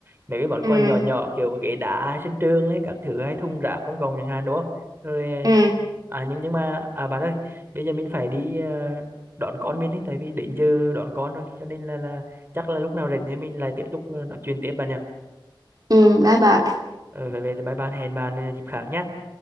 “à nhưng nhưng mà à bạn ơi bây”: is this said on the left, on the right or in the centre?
Right